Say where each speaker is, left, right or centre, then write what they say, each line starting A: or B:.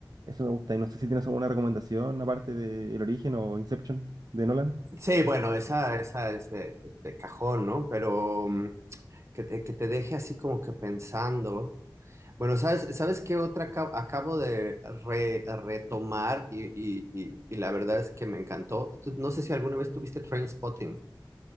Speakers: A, on the right; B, on the right.
A: eso me gusta y no sé si tienes alguna recomendación aparte de El Origen o Inception de Nolan.
B: Sí, bueno, esa, esa es de, de cajón, ¿no? Pero
A: Sí.
B: mm, que te, que te deje así como que pensando. Bueno, ¿sabes, sabes qué otra acab- acabo de re- retomar y, y- y- y la verdad es que me encantó? Tú- No sé si alguna vez tuviste Trainspotting,